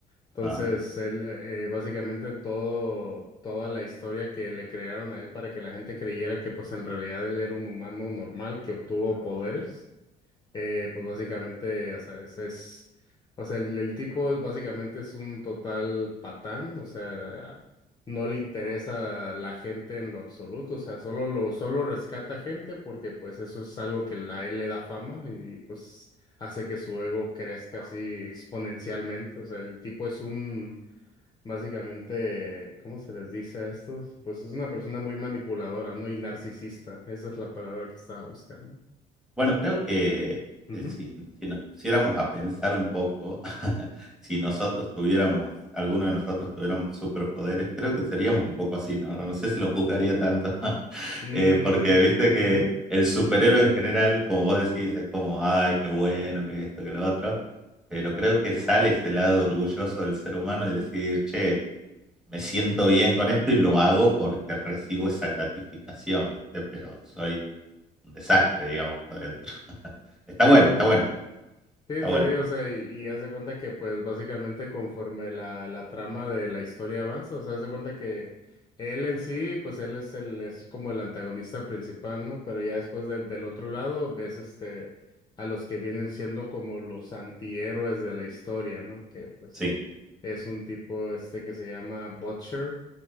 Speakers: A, on the left (about 25°); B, in the centre.
A: Entonces,
B: Ah, mira.
A: él, eh, eh, básicamente todo, toda la historia que le crearon a él para que la gente creyera que pues en realidad él era un humano normal que obtuvo poderes eh, pues básicamente, o sea, ese es, o sea, el, el tipo es- básicamente es un total patán, o sea, no le interesa la gente en lo absoluto, o sea, solo lo, solo rescata gente porque pues eso es algo que la- a él le da fama y pues hace que su ego crezca así exponencialmente, o sea, el tipo es un, básicamente, ¿cómo se les dice a estos? Pues es una persona muy manipuladora, ¿no? Y narcisista, esa es la palabra que estaba buscando,
B: Bueno, creo
A: entonces,
B: que
A: ujú,
B: eh, si, si nos pusiéramos a pensar un poco, <laughs> si nosotros tuviéramos, alguno de nosotros tuviéramos superpoderes, creo que seríamos un poco así, ¿no? No, no sé si lo juzgaría tanto, <laughs>
A: Mm,
B: eh, porque viste que
A: ujú,
B: el superhéroe en general, como vos decís, es como, ay, qué bueno, que esto, que lo otro, pero creo que sale ese lado orgulloso del ser humano y decir, che, me siento bien con esto y lo hago porque recibo esa gratificación, ¿viste? Pero soy un desastre, digamos, por dentro. Está
A: Sí,
B: bueno,
A: sí,
B: está
A: sí.
B: bueno,
A: Sí,
B: está
A: te
B: bueno.
A: digo, o sea, y, y haz de cuenta que pues básicamente conforme la, la trama de la historia avanza, o sea, haz de cuenta que él en sí, pues él es el, es como el antagonista principal, ¿no? Pero ya después del del otro lado ves este a los que vienen siendo como los antihéroes de la historia, ¿no? Que pues
B: Sí.
A: es un tipo este que se llama Butcher